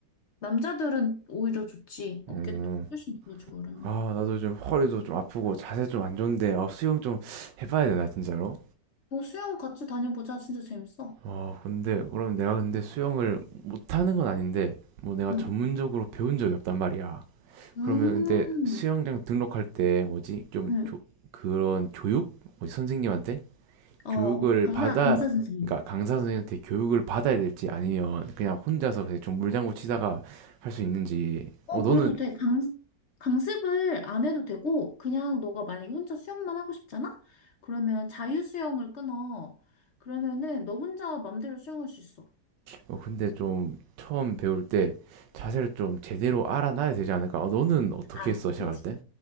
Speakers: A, on the left (about 55°); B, on the right (about 75°).
A: 남자들은 오히려 좋지. 어깨
B: 음,
A: 훨씬 좋아지고 그러면.
B: 아, 나도 좀 허리도 좀 아프고 자세 좀 안 좋은데, 아, 수영 좀 해봐야 되나, 진짜로?
A: 어, 수영 같이 다녀보자. 진짜 재밌어.
B: 아, 근데, 그럼 내가 근데 수영을 못하는 건 아닌데, 뭐 내가
A: 응.
B: 전문적으로 배운 적이 없단 말이야.
A: 음,
B: 그러면 근데 수영장 등록할 때 뭐지? 좀
A: 응.
B: 조- 그런 교육? 뭐지? 선생님한테?
A: 어,
B: 교육을
A: 강사,
B: 받아,
A: 강사 선생님.
B: 그러니까 강사 선생님한테 교육을 받아야 될지 아니면 그냥 혼자서 그냥 좀 물장구 치다가 할 수 있는지.
A: 어,
B: 어, 너는
A: 그래도 돼. 강, 강습을 안 해도 되고, 그냥 너가 만약에 혼자 수영만 하고 싶잖아? 그러면 자유수영을 끊어. 그러면은 너 혼자 맘대로 수영할 수 있어.
B: 어, 근데 좀 처음 배울 때 자세를 좀 제대로 알아놔야 되지 않을까? 아, 너는 어떻게
A: 아,
B: 했어, 시작할
A: 그치.
B: 때?